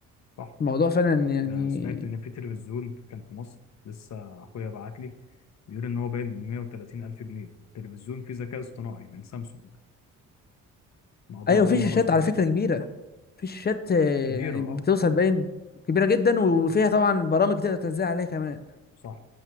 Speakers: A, on the left (about 60°); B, on the left (about 30°).
A: صح
B: الموضوع فعلا يعني
A: ده سمعت إن في تلفزيون كان في مصر لسه أخويا بعت لي بيقول إن هو باين ب 130 ألف جنيه تلفزيون فيه ذكاء اصطناعي من سامسونج موضوع
B: ايوه
A: أول
B: في
A: مرة
B: شاشات
A: أسمع
B: على فكره
A: عنه
B: كبيره في شاشات آه،
A: كبيرة
B: يعني
A: أه
B: بتوصل باين كبيره جدا وفيها طبعا برامج تقدر تنزل عليها كمان
A: صح